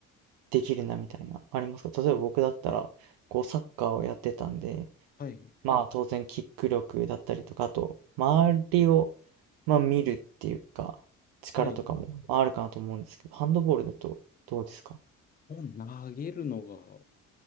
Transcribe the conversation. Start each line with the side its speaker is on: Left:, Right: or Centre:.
Right: できるなみたいな、ありますか例えば僕だったら、こう、サッカーをやってたんで、
Left: はい、
Right: まあ、当然、キック力だったりとか、あと、周りを、まあ、見るっていうか、力とかもあるかなと思うんですけど、
Left: はい。
Right: ハンドボールだとどうですか
Left: を投げるのが